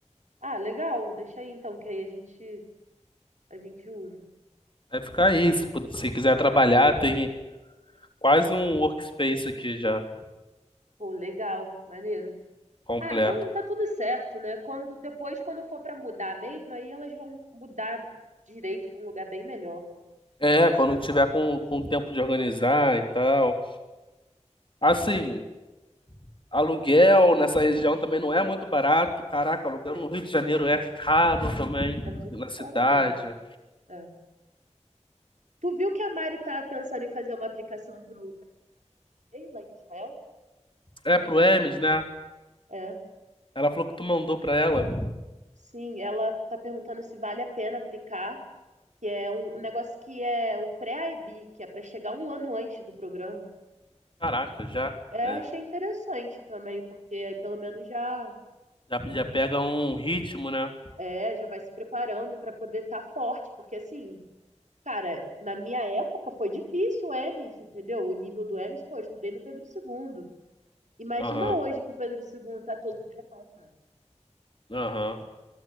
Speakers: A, on the right; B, on the left.
A: Ah, legal. Deixa aí então, que aí a gente a gente usa.
B: Vai ficar aí. Se, pu- se quiser trabalhar, tem quase um workspace aqui já
A: Pô, legal, maneiro.
B: completo.
A: Ah, então tá tudo certo, né? Quando depois quando for pra mudar mesmo, aí elas vão mudar direito pra um lugar bem melhor, né?
B: É, quando tiver com, com tempo de organizar e tal. Assim,
A: Ah,
B: aluguel nessa região também não é muito barato. Caraca, aluguel
A: é,
B: no Rio de Janeiro é caro também,
A: é muito
B: na
A: caro
B: cidade.
A: mesmo. É. Tu viu que a Mari tá pensando em fazer uma aplicação pro pra Sei lá em Israel?
B: É pro Hermes, né?
A: É.
B: Ela falou que tu mandou pra ela.
A: Sim, ela está perguntando se vale a pena aplicar, que é um, um negócio que é o pré-IB, que é para chegar um ano antes do programa.
B: Caraca, já,
A: É,
B: é,
A: eu achei interessante também, porque aí pelo menos já
B: já, já pega um ritmo, né?
A: é, já vai se preparando para poder estar forte, porque assim, cara, na minha época foi difícil o EMES, entendeu? O nível do EMES, pô, eu estudei no Pedro segundo Imagina
B: Aham,
A: hoje que o Pedro segundo está todo defasado.
B: aham.